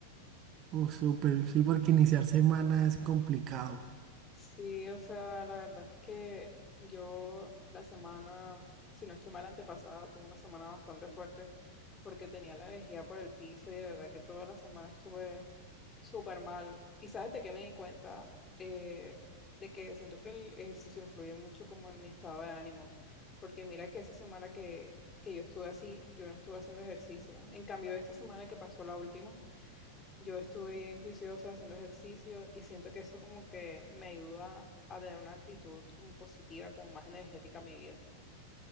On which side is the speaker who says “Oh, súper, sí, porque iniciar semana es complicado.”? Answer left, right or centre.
Right